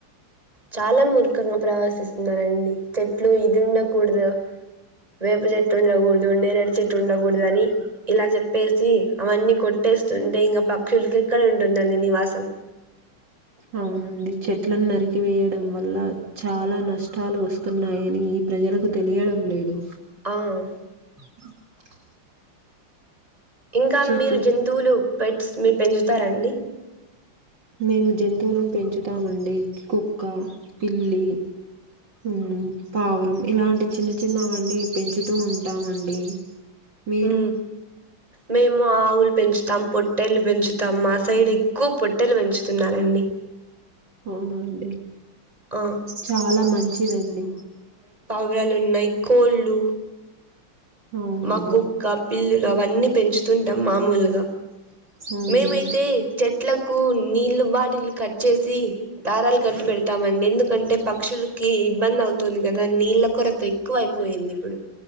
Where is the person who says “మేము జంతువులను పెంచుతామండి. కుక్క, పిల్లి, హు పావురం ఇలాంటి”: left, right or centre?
Right